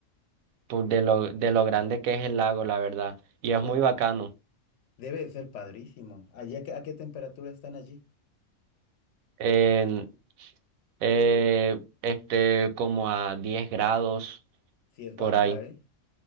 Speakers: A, on the right (about 85°); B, on the left (about 65°).
A: por de lo, de lo grande que es el lago, la verdad. Y es
B: Pues
A: muy bacano.
B: Debe de ser padrísimo. ¿Allá qué- a qué temperatura están allí?
A: en, eh, este, como a 10 grados
B: Si es baja,
A: por ahí.
B: ¿eh?